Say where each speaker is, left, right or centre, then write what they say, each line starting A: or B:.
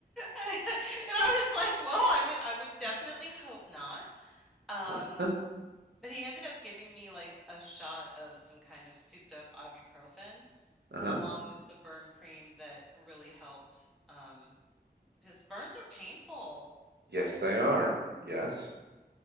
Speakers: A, in the centre; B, on the right.
A: And I was like, Well, I would, I would definitely hope not. Um,
B: Uh-huh.
A: but he ended up giving me like a shot of some kind of souped up ibuprofen
B: Uh-huh.
A: along with the burn cream that really helped. Um, because burns are painful.
B: Yes, they are. Yes.